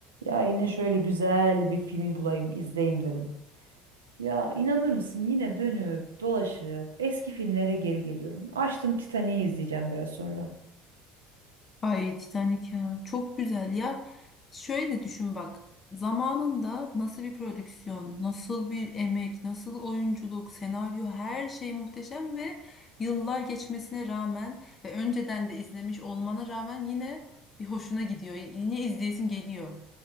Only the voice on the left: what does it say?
Ay Titanic ya çok güzel ya. Şöyle düşün bak zamanında nasıl bir prodüksiyon, nasıl bir emek, nasıl oyunculuk, senaryo her şey muhteşem ve yıllar geçmesine rağmen ve önceden de izlemiş olmana rağmen yine bir hoşuna gidiyor. Yine izleyesin geliyor.